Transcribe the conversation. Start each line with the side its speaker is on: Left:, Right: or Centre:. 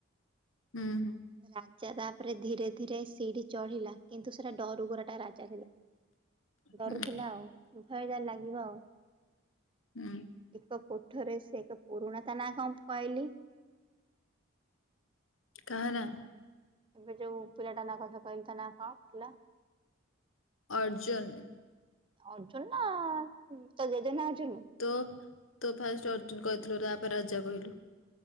Left: ହୁଁ, ହୁଁ।
Right: ରାଜା ତାପରେ ଧୀରେ ଧୀରେ ସିଢି ଚଢିଲା, କିନ୍ତୁ ସେଟା ଡରୁକୁରା ଟା ରା ଥିଲା ଡରୁଥିଲା
Left: ହୁଁ
Right: ଆଉ, ଭୟ ଲାଗିବ ଆଉ।
Left: ହୁଁ
Right: ଏକ କୋଠରେ ସେ ଏକ ପୁରୁଣା ତା ନାଁ କଣ କଇଲି।
Left: କାହା ନାଁ?
Right: ଏବେ ଯୋଉ ପିଲାଟା ନା କଥା କହିଲି, ତା ନାଁ କଣ ଥିଲା?
Left: ଅର୍ଜୁନ।
Right: ଅର୍ଜୁନା ତା ଜେଜେ ନାଁ ଅର୍ଜୁନୁ।
Left: ତୁ ତୁ ଫାଷ୍ଟ ଅର୍ଜୁନ କହିଥିଲୁ, ତାପରେ ରାଜା କହିଲୁ।